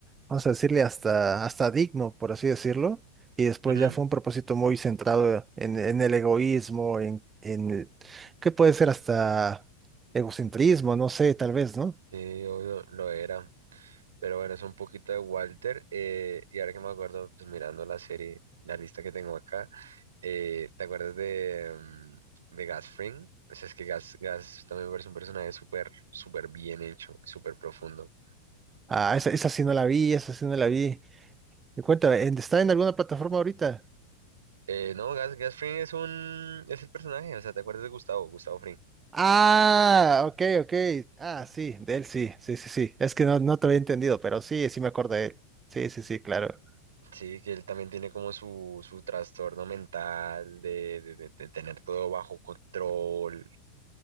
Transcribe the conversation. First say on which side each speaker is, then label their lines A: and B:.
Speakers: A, on the right (about 20°); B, on the right (about 65°).
A: vamos a decirle, hasta, hasta digno, por así decirlo, y después
B: Ujú.
A: ya fue un propósito muy centrado en, en el egoísmo, en, en el- que puede ser hasta egocentrismo, no sé, tal vez, ¿no?
B: Sí, obvio, lo era. Pero bueno, es un poquito de Walter. eh, y ahora que me acuerdo, pues mirando la serie, la lista que tengo acá, eh, ¿te acuerdas de, mm, de Gus Fring? O sea, es que Gas Gas también me parece un personaje súper, súper bien hecho, súper profundo.
A: Ah, esa, esa sí no la vi, esa sí no la vi. Y cuéntame, ¿en- ¿está en alguna plataforma ahorita?
B: Eh, no, Gas Gas Fring es un, es el personaje, o sea, ¿te acuerdas de Gustavo, Gustavo Fring?
A: Ah, ok, ok. Ah, sí, de él sí, sí, sí, sí. Es que no, no te había entendido, pero sí, sí me acuerdo de él. Sí, sí, sí, claro.
B: Sí, que él también tiene como su, su trastorno mental de, de de- de tener todo bajo control